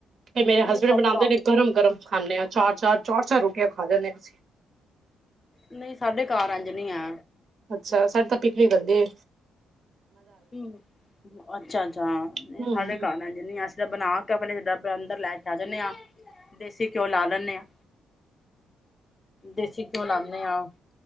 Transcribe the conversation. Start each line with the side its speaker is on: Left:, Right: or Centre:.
Right: ਫਿਰ ਮੇਰੇ
Left: ਨਹੀਂ
Right: ਹਸਬੈਂਡ
Left: ਸਾਡੇ
Right: ਬਣਾਉਂਦੇ
Left: ਘਰ
Right: ਨੇ ਗਰਮ ਗਰਮ ਖਾਂਦੇ ਆਾਂ ਚਾਰ ਚਾਰ ਚਾਰ ਚਾਰ ਰੋਟੀਆਂ ਖਾ ਜਾਂਦੇ ਅਸੀਂ
Left: ਨਹੀਂ ਸਾਡੇ ਘਰ ਐਂਜ ਨਹੀਂ ਏ
Right: ਅੱਛਾ ਸਾਡੇ ਤਾਂ ਪਿਕਨਿਕ ਬੰਦੇ
Left: ਹਮ ਅੱਛਾ ਅੱਛਾ ਨਹੀਂ
Right: ਹਮ
Left: ਸਾਡੇ ਘਰ ਐਂਜ ਨੀ ਹੈ ਅਸੀਂ ਤਾਂ ਬਣਾ ਕਪਲੇ ਜਿੱਦਾਂ ਅੰਦਰ ਲੈ ਕੇ ਆ ਜਾਂਦੇ ਹਾਂ ਦੇਸੀ ਘਿਓ ਲਾ ਲੈਂਦੇ ਹਾਂ ਦੇਸੀ ਘਿਓ ਲਾਦੇ ਹਾਂ